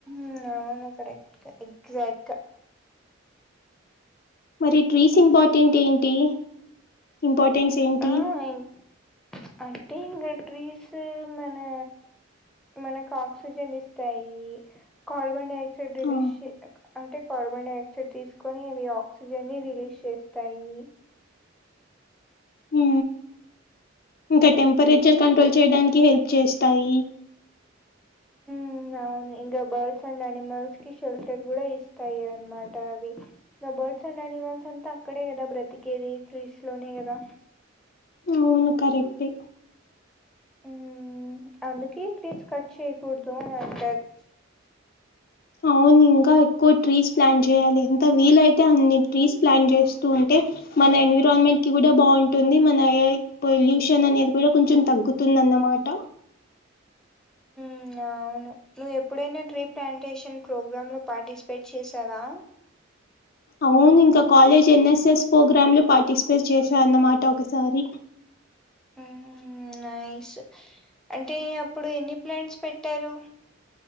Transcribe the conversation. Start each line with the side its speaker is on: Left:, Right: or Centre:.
Centre: ఊ అవును కరెక్టె ఎక్జాట్గా.
Left: మరి ట్రీస్ ఇంపార్టెంట్ ఏంటి ఇంపార్టెన్స్ ఏంటి.
Centre: ఆ ఇం- అంటే ఇంగా ట్రీసూ మనా. మనకు ఆక్సిజన్ ఇస్తాయీ కార్బన్ డైఆక్సైడ్ రిలీజ్
Left: ఆ
Centre: అంటే కార్బన్ డైఆక్సైడ్ తీసుకొని అవి ఆక్సిజన్ని రిలీజ్ చేస్తాయీ.
Left: ఊ ఇంకా టెంపరేచర్ కంట్రోల్ చేయడానికి హెల్ప్ చేస్తాయి.
Centre: ఊ అవును ఇంగా బర్డ్స్ అండ్ ఆనిమల్స్ కి షెల్టర్ కూడా ఇస్తాయి అన్మాట అవి. గ బార్డ్స్ అండ్ యానిమల్స్ అంతా అక్కడే కదా బ్రతికేది ట్రీస్ లోనే గదా.
Left: అవును కరెక్టే
Centre: ఊ హు అందుకే ట్రీస్ కట్ చెయ్యకూడదు అని అంటారు.
Left: అవును ఇంకా ఎక్కువ ట్రీస్ ప్లాన్ చేయాలి ఎంత వీలైతే అన్ని ట్రీస్ ప్లాన్ జేస్తూ ఉంటే. మన ఎన్విరాన్మెంట్ కి కూడా బాగుంటుంది మన ఏర్ పొల్యూషన్ అనేది కూడా కొంచెం తగ్గు. తిన్దన్నమాట
Centre: ఉ అవును నువ్వు ఎప్పుడైనా ట్రీ ప్లాంటేషన్ ప్రోగ్రామ్ లో పార్టిసిపేట్ చేసావా
Left: అవును ఇంకా కాలేజ్ ఎన్ఎస్ఎస్ ప్రోగ్రామ్ లో పార్టిసిపేట్ చేశాన్నమాట ఒకసారి
Centre: ఉమ్ నైస్ అంటే అప్పుడు ఎన్ని ప్లాంట్స్ పెట్టారు